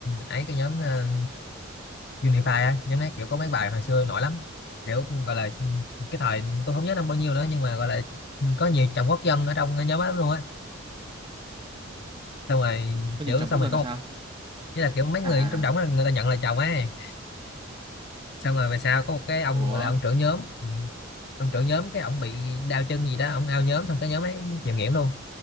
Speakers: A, on the left; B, on the right.
A: ấy cái nhóm ờ, Unify á nhóm đấy kiểu có mấy bài hồi xưa nổi lắm kiểu gọi là cái thời tôi không nhớ năm bao nhiêu nữa nhưng mà gọi là có nhiều chồng quốc dân ở trong cái nhóm đó luôn á xong rồi
B: có
A: kiểu
B: nhiều chồng
A: xong
B: quốc dân
A: rồi có
B: là
A: một
B: sao
A: với là kiểu mấy người
B: à
A: trong đảng đó, người ta nhận là chồng ấy xong rồi về sau có một cái ông
B: ủa
A: gọi là ông trưởng nhóm Ừ. ông trưởng nhóm cái ông bị đau chân gì đó ông ao nhóm xong cái nhóm ấy chìm nghỉm luôn